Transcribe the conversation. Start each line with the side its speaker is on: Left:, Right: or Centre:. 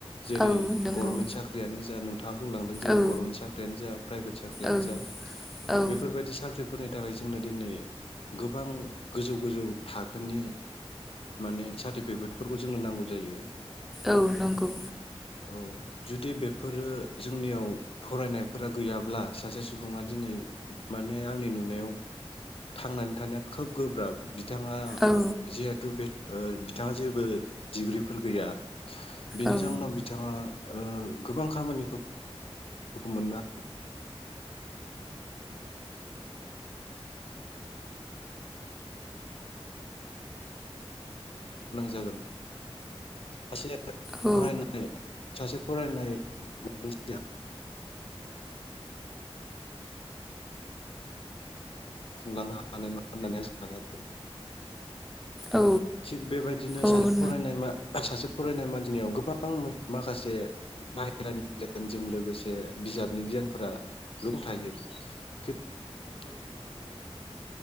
Left: जेरै
Centre: औ नंगौ
Left: गरमेन्ट साख्रियानो जा नोंथाङा बुंलांदों जेरै
Centre: औ
Left: गरमेन्ट साख्रियानो जा प्राइभेट साख्रियानो
Centre: औ
Left: जा
Centre: औ
Left: बेफोरबायदि साख्रि फोरनि थाखाय जोंनो दिनै गोबां गोजौ-गोजौ थाखोनि माने सार्टिफिकेटफोरखौ जोंनो नांगौ जायो।
Centre: औ नंगौ
Left: औ जुदि बेफोरो जोंनियाव फरायनायफोरा गैयाब्ला सासे सुबुङा दिनै माने आंनि नुनायाव थांनानै थानाया खोब गोब्राब बि बिथाङा
Centre: औ
Left: जिहेथु बे ओ बिथाङा जेबो डिग्रिफोर गैया। बिनि
Centre: औ
Left: जाउनाव बिथाङा ओ गोबां खामानिफोर <unintelligible> गोनां जागोन। <unintelligible>
Centre: औ
Left: फरायनाय सासे फरायनाय <unintelligible> नङा होननानै आं सानो आरो
Centre: औ
Left: थिग बेबायदिनो
Centre: औ
Left: सासे फरायनाय <unintelligible> फरायनाय मानसिनियाव गोबां माखासे बाहेरानि गियानजों लोगोसे बिजाबनि गियानफोरा गोबां थायो खि फरायि मानसिया बे